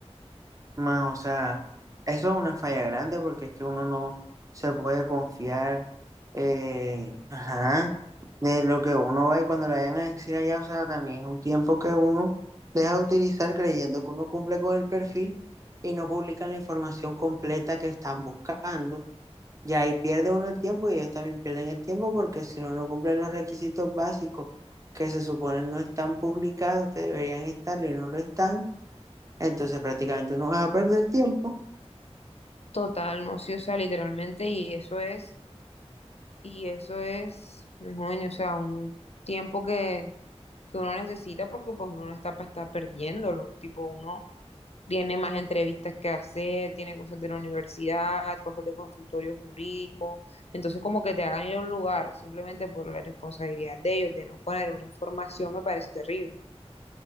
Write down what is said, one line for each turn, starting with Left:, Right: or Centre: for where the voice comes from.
Right: Más, o sea, eso es una falla grande porque es que uno no se puede confiar, eh, ajá, de lo que uno va y cuando le vayan a decir allá, o sea, también es un tiempo que uno deja de utilizar creyendo que uno cumple con el perfil y no publican la información completa que están buscando. Y ahí pierde uno el tiempo y ellos también pierden el tiempo porque si uno no cumple los requisitos básicos que se supone no están publicados, que deberían estarlo y no lo están, entonces prácticamente uno va a perder tiempo.
Left: Total, no, sí, o sea, literalmente, y eso es. Y eso es, coño, o sea, un tiempo que, que uno necesita porque pues uno no está para estar perdiéndolo. Tipo, uno tiene más entrevistas que hacer, tiene cosas de la universidad, cosas de consultorio jurídico. Entonces, como que te hagan ir a un lugar simplemente por la responsabilidad de ellos de no poner una información me parece terrible.